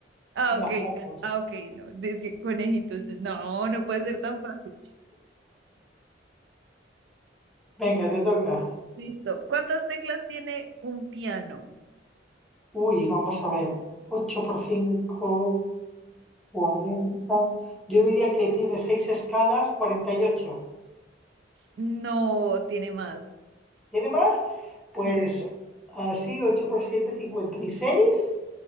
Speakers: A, on the right; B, in the centre.
A: Ah,
B: Gazapos.
A: ok, ah, ok, no, es que conejitos, yo- no, no puede ser tan fácil.
B: Venga, te toca.
A: Listo. ¿Cuántas teclas tiene un piano?
B: Uy, vamos a ver. 8 por 5, 40. Yo diría que tiene 6 escalas, 48.
A: No, tiene más.
B: ¿Tiene más? Pues
A: Sí,
B: así, 8 por siete, cincuenta y seis.